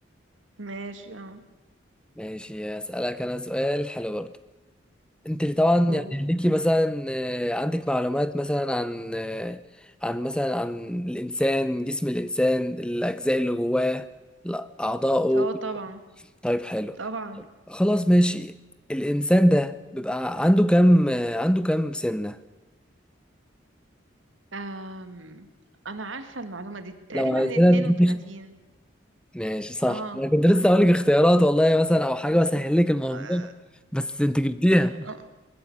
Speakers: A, on the right; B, in the centre.
A: ماشي اه
B: ماشي اسالك انا سؤال حلو برضه انت اللي طبعا
A: قول
B: يعني ليكي مثلا آه، عندك معلومات مثلا عن آه، عن مثلا عن الانسان جسم الانسان الاجزاء اللي جواه لا اعضائه
A: اه طبعا
B: طيب حلو
A: طبعا
B: خلاص ماشي الانسان ده بيبقى عنده كام آه، عنده كام سنة
A: أم. انا عارفة المعلومة دي تقريبا
B: لو عايزنا
A: 32
B: تديني اخت- ماشي صح
A: اه
B: انا كنت لسه هقول لك اختيارات والله مثلا او حاجه اسهل لك الموضوع
A: آه،
B: بس انت جبتيها
A: آه،